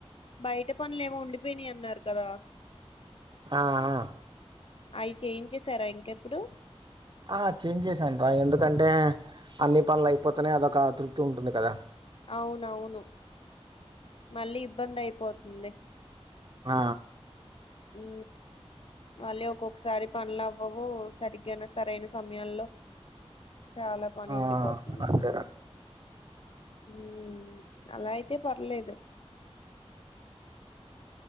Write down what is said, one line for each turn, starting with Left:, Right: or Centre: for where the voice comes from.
Left: బయట పనులు ఏమో ఉండిపోయినాయి అన్నారు కదా.
Right: ఆ ఆ
Left: అవి చేయించేసారా ఇంకెప్పుడు
Right: ఆ చేయించేసను రా ఎందుకంటే అన్ని పనులు అయిపోతునయ్ అదొక తృప్తి ఉంటుంది కదా
Left: అవునవును మళ్ళీ ఇబ్బంది అయిపోతుంది
Right: ఆ
Left: ఉ మళ్ళీ ఒక్కొక్కసారి పనులు అవ్వవు సరిగ్గా సరైన సమయాల్లో చాలా పని
Right: ఆ
Left: ఉండిపోతుంది
Right: అంతేరా
Left: ఉమ్ అలా అయితే పర్లేదు